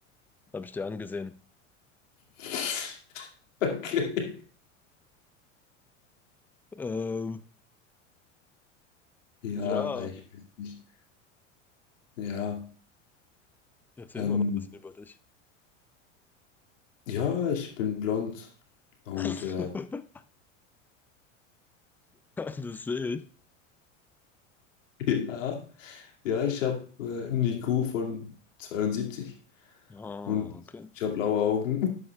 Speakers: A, in the centre; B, on the left.
A: Habe ich dir angesehen.
B: <laughs> Okay.
A: Ähm,
B: Ja,
A: ja,
B: ich weiß nicht. Ja,
A: erzähl
B: ähm,
A: mir noch ein bisschen über dich.
B: ja, ich bin blond und
A: <laughs>
B: äh,
A: Das sehe ich.
B: <laughs> ja, ja, ich habe äh, einen IQ von 72
A: Ah,
B: und
A: okay.
B: ich habe blaue Augen.